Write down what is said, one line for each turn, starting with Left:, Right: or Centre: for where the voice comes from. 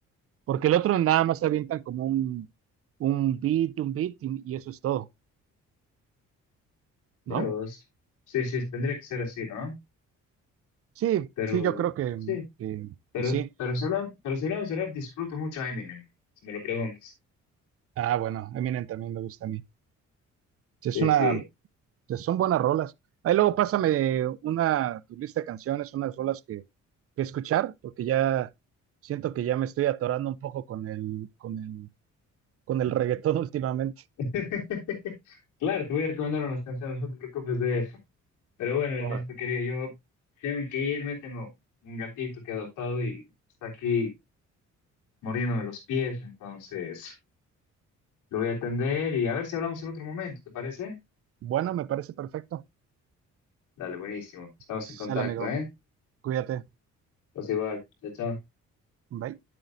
Right: Porque el otro nada más avientan como un, un beat, un beat y, y eso es todo, ¿no?
Left: Mira vos. Sí, sí, tendría que ser así, ¿no?
Right: Sí,
Left: Pero,
Right: sí, yo creo que,
Left: sí.
Right: que,
Left: Pero,
Right: que sí.
Left: pero, si hablamos, pero si hablamos de rap, disfruto mucho a Eminem, si me lo preguntas.
Right: Ah, bueno, Eminem también me gusta a mí. Sí,
Left: Sí,
Right: Es una,
Left: sí.
Right: sí, son buenas rolas. Ahí luego pásame una, tu lista de canciones, unas rolas que, que escuchar, porque ya siento que ya me estoy atorando un poco con el, con el, con el reggaetón <laughs> últimamente.
Left: <laughs> Claro, te voy a recomendar unas canciones, no te preocupes de eso. Pero bueno, Ernesto,
Right: Ahora,
Left: querido, yo tengo que irme, tengo un gatito que he adoptado y está aquí muriéndome los pies, entonces lo voy a atender y a ver si hablamos en otro momento, ¿te parece?
Right: bueno, me parece perfecto.
Left: Dale, buenísimo. Estamos
Right: Sale,
Left: en contacto,
Right: amigo.
Left: ¿eh?
Right: Cuídate.
Left: Pues igual. Chao, chao.
Right: Bye.